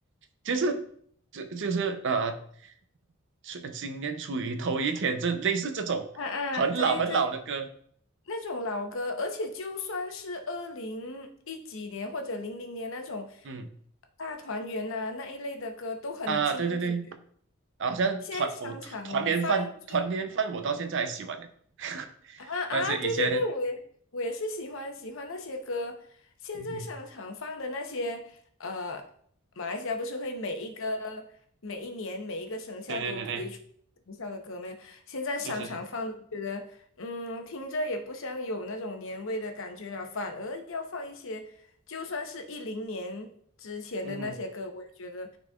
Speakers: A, on the right (about 60°); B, on the left (about 65°).
A: 就是就就是呃，出今年处于头一天，这类似这种很老很老的歌，
B: 啊啊，对对那种老歌，而且就算是二零一几年或者零零年那种
A: 嗯
B: 大团圆呐、那一类的歌都很经典。
A: 啊，对对对，好像团我团年饭团年饭我到现在还喜欢呢，
B: 现在商场放最
A: <laughs>
B: 啊啊，
A: 但是以前
B: 对对对，我也我也是喜欢喜欢那些歌。现在商场放的那些，
A: 嗯嗯，
B: 呃，马来西亚不是会每一个每一年每一个生肖都推出生肖的歌吗？
A: 对对对对，
B: 现在商场放的，
A: 就是是
B: 我觉得嗯，听着也不像有那种年味的感觉了，反而要放一些，就算是一零年之前的那些歌，
A: 嗯
B: 我也觉得。